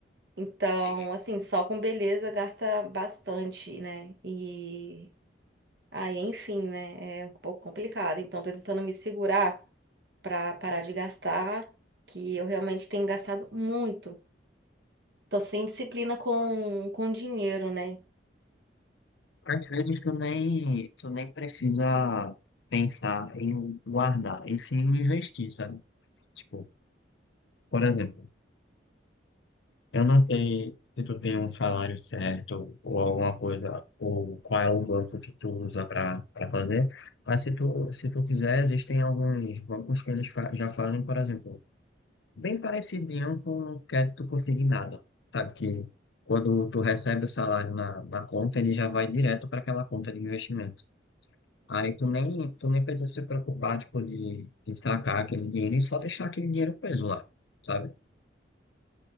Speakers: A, on the right; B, on the left.
A: Então,
B: sim.
A: assim, só com beleza gasta bastante, né? E aí, enfim, né? É um pouco complicado. Então, tô tentando me segurar pra parar de gastar, que eu realmente tenho gastado muito. Tô sem disciplina com, com dinheiro, né?
B: Às vezes tu nem, tu nem precisa pensar em guardar, e sim investir, sabe? Tipo, por exemplo, eu não sei se tu tem um salário certo ou alguma coisa, ou qual é o banco que tu usa para para fazer, mas se tu, se tu quiser, existem alguns bancos que eles fa- já fazem, por exemplo, bem parecidinho com o crédito consignado, sabe? Que quando tu recebe o salário na, na conta, ele já vai direto para aquela conta de investimento. Aí tu nem, tu nem precisa se preocupar, tipo, de, de sacar aquele dinheiro e só deixar aquele dinheiro preso lá, sabe?